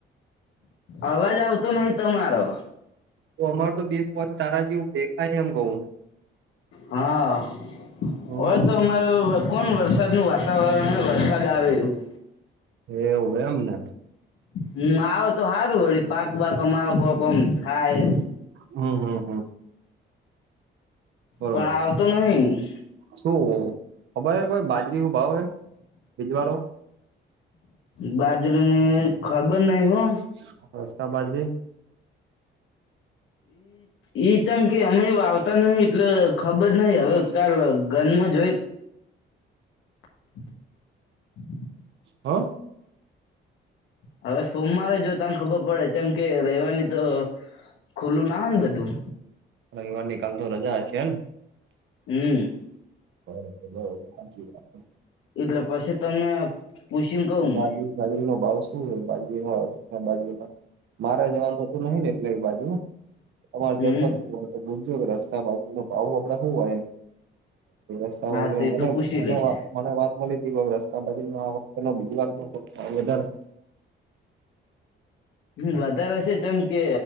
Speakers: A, on the left (about 75°); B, on the right (about 70°).
A: અવાજ આવતો નહિ તમારો.
B: તો અમાર તો બે પોચ તારા જેવું દેખાય એમ કઉ.
A: હા,
B: હમ
A: હોય તો અમારું કોણ વરસાદ નું વાત વરણ વરસાદ આવે એવું.
B: એ એવું એમને?
A: હમ આવે તો સારું વળી પાક વાક અમારો કો કોમ થાય.
B: હમ હમ હમ. બરોબર
A: પણ આવતો નહી.
B: શું ખબર છે કોઈ બાજરી ન ભાવ હે? <unintelligible>
A: બાજરો ને ખબર નઈ હો.
B: <inaudible> <unintelligible>
A: ઈ ચમ કે અમે વાવતા નહ એટલે ખબર જ નહિ હવે. કાલ ગંદમાં જોઈ <inaudible>
B: હા.
A: હવે સોમવારે જો તને ખબર પડે છેમ કે રાઇવારની તો ખુલ્લું ના હોય ને બધું.
B: રવિવાર ની કાલ તો રજા છે ને.
A: હમ.
B: બરોબર બરોબર હાચી વાત
A: એટલે પછી તમને પૂછીને કઉ હું
B: <unintelligible> બાજરી નો ભાવ શું હો બાજરી ન બાજરી ન મારા જવાનુંતું નઈ ને લઈ બાજુ તમારે જું
A: હમ
B: હોય તો ભૂલજો કે રસ્તા બાજુ ન ભાવું આપડે શું હોય રસ્તાજ
A: હા
B: મને
A: તે તો પૂછી
B: મને
A: લઈશ
B: વાત મને વાત મળી રસ્તા બાજ ન આ વખત બીજી વાત ન વધારે.
A: હ વધારે હ છેમ કે